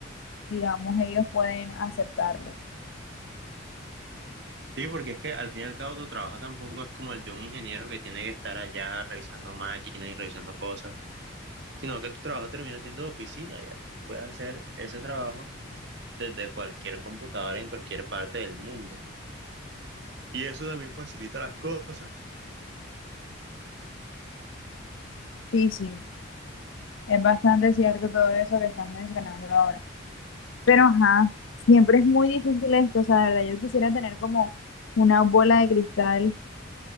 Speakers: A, on the left; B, on the right.
A: digamos, ellos pueden aceptarlo.
B: Sí, porque es que al fin y al cabo tu trabajo tampoco es como el de un ingeniero que tiene que estar allá revisando máquinas y revisando cosas, sino que tu trabajo termina siendo de oficina, ya. Tú puedes hacer ese trabajo desde cualquier computadora en cualquier parte del mundo. Y eso también facilita las cosas.
A: Sí, sí, es bastante cierto todo eso que estás mencionando ahora. Pero, ajá, siempre es muy difícil esto, o sea, de verdad, yo quisiera tener como una bola de cristal,